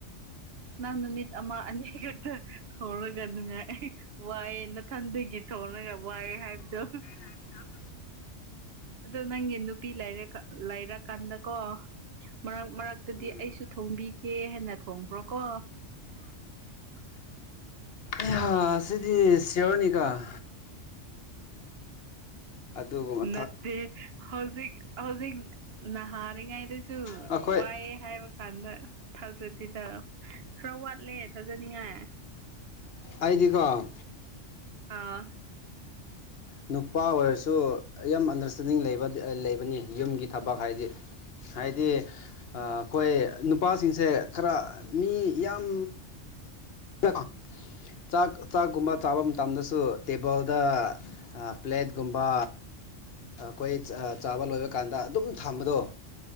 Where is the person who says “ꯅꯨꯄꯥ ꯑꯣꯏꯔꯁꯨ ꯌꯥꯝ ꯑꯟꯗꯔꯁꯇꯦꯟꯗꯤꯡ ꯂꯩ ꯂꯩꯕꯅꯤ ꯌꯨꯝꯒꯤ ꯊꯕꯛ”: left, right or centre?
Left